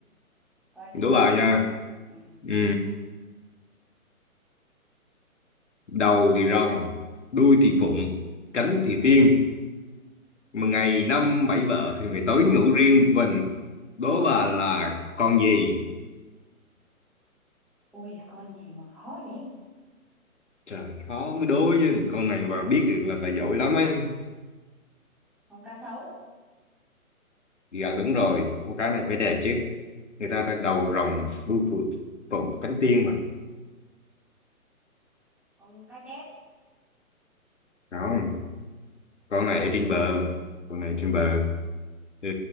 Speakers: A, in the centre; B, on the left.
A: coi
B: đố
A: thường
B: bà
A: ơi
B: nha
A: ừ.
B: ừ. đầu thì rồng đuôi thì phụng cánh thì tiên Mà ngày năm bảy vợ thì phải tối ngủ riêng một mình đố bà là con gì
A: ui con gì mà khó vậy
B: trời khó mới đố chứ con này bà biết được là bà giỏi lắm ấy
A: con cá sấu
B: dạ đúng rồi con cá này phải đẹp chứ người ta đã đầu rồng đuôi phượng phụng cánh tiên mà
A: con cá chép
B: không con
A: con
B: này ở trên bờ con này
A: cá bừa
B: trên bờ ừ